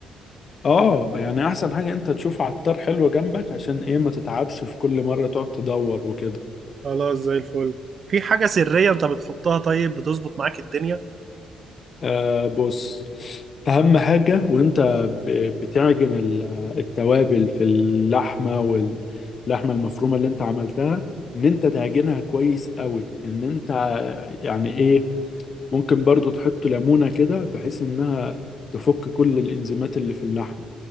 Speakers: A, on the left; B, on the right.
A: اه يعني احسن حاجة انت تشوف عطار حلو جنبك عشان ايه ما تتعبش في كل مرة تقعد تدور وكده
B: خلاص زي الفل في حاجة سرية انت بتحطها طيب بتظبط معاك الدنيا
A: آه بص أهم حاجة وأنت ب- بتعجن ال- التوابل في اللحمة واللحمة المفرومة اللي أنت عملتها إن أنت تعجنها كويس قوي إن أنت يعني إيه ممكن برضو تحط ليمونة كده بحيث إنها تفك كل الإنزيمات اللي في اللحمة